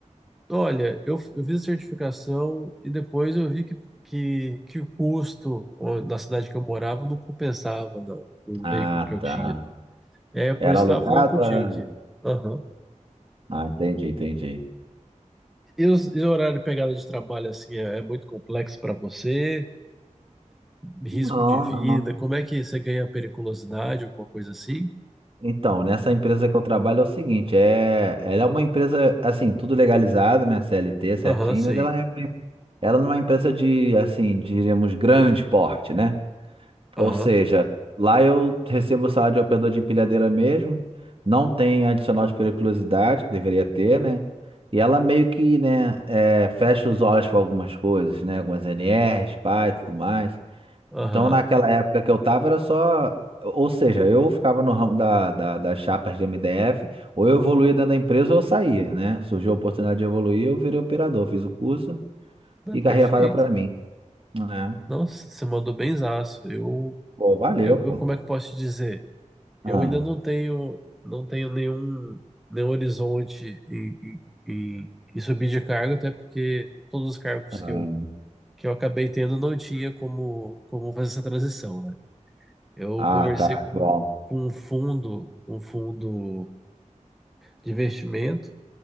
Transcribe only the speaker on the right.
Ah,
tá.
Era
alugado?
Era...
Ah, entendi, entendi.
Não,
não.
Então, nessa empresa que eu trabalho é o seguinte, é, ela é uma empresa, assim, tudo legalizado, né, CLT certinho,
mas ela, é, ela não é uma empresa de, assim, diríamos, grande porte, né?
Ou seja, lá eu recebo o salário de operador de empilhadeira mesmo, não tem adicional de periculosidade, que deveria ter, né? E ela meio que, né, é, fecha os olhos para algumas coisas, né, algumas NRs, PAI tudo mais.
Então, naquela época que eu tava, era só. Ou seja, eu ficava no ramo da, da, das chapas de MDF, ou eu evoluía dentro da empresa ou eu saía, né? Surgiu a oportunidade de evoluir, eu virei operador, fiz o curso
e
garrei a vaga pra mim. É.
Pô, valeu,
pô.
Ah,
ah,
ah,
tá.
Bom.